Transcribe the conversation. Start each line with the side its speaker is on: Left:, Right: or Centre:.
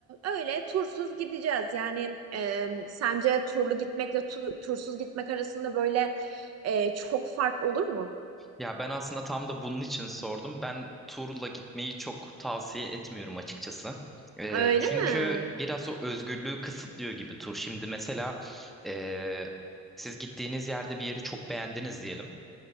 Right: öyle tursuz gideceğiz. Yani e, sence turlu gitmekle tur- tursuz gitmek arasında böyle e, çok fark olur mu?
Centre: Ya ben aslında tam da bunun için sordum. Ben turla gitmeyi çok tavsiye etmiyorum açıkçası. Ee,
Right: Öyle
Centre: çünkü
Right: mi?
Centre: biraz o özgürlüğü kısıtlıyor gibi tur. Şimdi mesela ee, siz gittiğiniz yerde bir yeri çok beğendiniz diyelim.